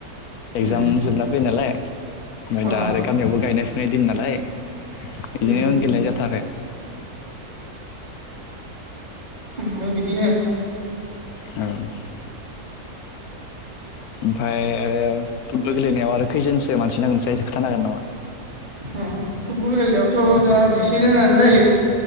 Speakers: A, on the left; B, on the right.
A: एगजाम
B: उम
A: जोबना फैयो नालाय ओमफ्राय
B: अ
A: दा आरो गामियावबो गायनाय फुनाय दिन नालाय
B: ायो
A: बिदिनो गेलेनाय जाथाराखै
B: माबो बिदिनो
A: औ ओमफ्राय आरो फुटबल गेलेनायाव आरो खैजोनसो मानसि नांगोनसै ए खोथानो हांगोन नामा
B: अ फुटबल गेलेनायावथ' दा जिसेजोनानो जायो